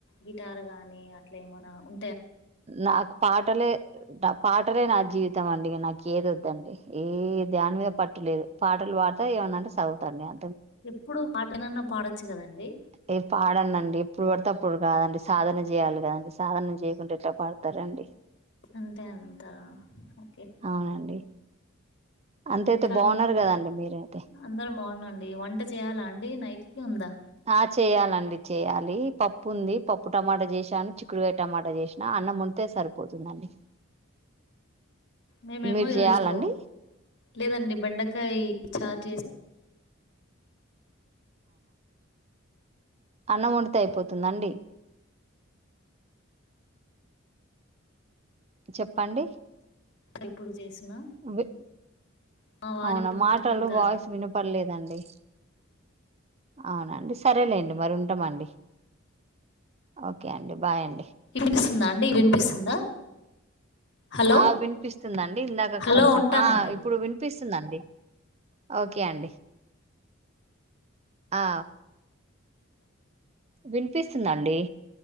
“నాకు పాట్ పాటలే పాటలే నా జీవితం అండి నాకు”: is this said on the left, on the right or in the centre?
Right